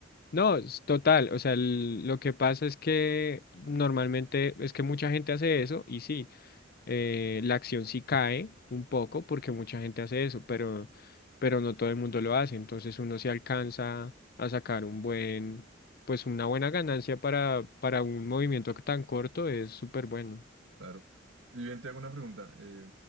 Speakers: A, on the left; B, on the right.
A: No, es total, o sea, el- lo que pasa es que normalmente es que mucha gente hace eso y sí. eh, la acción sí cae un poco porque mucha gente hace eso, pero, pero no todo el mundo lo hace. Entonces uno se alcanza a sacar un buen, pues una buena ganancia para, para un movimiento tan corto es súper bueno.
B: Claro. Y bien, te hago una pregunta. eh,